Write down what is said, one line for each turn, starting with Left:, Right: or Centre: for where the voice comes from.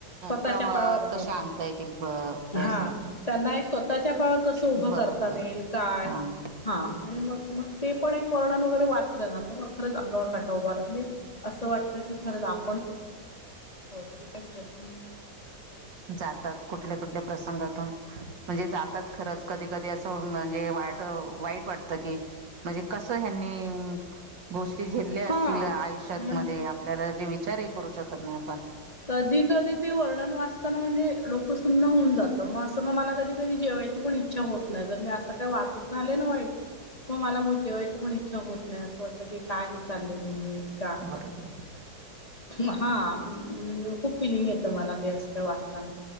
Left: स्वतःच्या
Right: प्रवाहात
Left: पायावर
Right: कशा
Left: हं
Right: आणता येतील ब बस
Left: हा. त्यांना एक स्वतःच्या पायावर कसं उभं
Right: बरोबर
Left: करताना येईल काय.
Right: हा
Left: हा आणि मग-मग ते पण एक वर्णन वगैरे वाचलं ना तर मग खरंच अंगावर काटा उभा राहतो मी असं वाटतं की खरंच आपण हो की त्यांच्यातून
Right: जातात कुठ कुठल्या-कुठल्या प्रसंगातून म्हणजे जातात खरंच कधी-कधी असं म्हणजे वाट वाईट वाटतं टतं की म्हणजे कसं ह्यांनी गोष्टी झेल्ल्या
Left: हा
Right: असतील आयुष्यातमध्ये
Left: म्हण
Right: आपल्याला जे विचारही करू शकत नाई आपण.
Left: कधी-कधी ते वर्णन वाचताना म्हणजे डोकं सुन्न होऊन जातं मग असं मग मला कधी कधी जेवायची पण इच्छा इच्छा होत नाही जर मी असं काय वाचत राहिले ना वाईट. मग मला मग जेवायची पण इच्छा होत नाही असं वाटत की काय हे चाललंय दुनियेत का
Right: बरोबर.
Left: म हा खूप फिलिंग येतं मला ते असं काय वाचताना